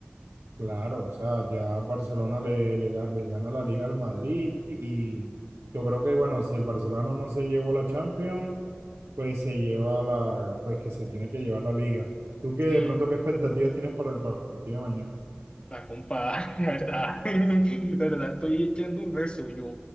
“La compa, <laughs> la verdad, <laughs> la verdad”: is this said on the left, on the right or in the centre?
Left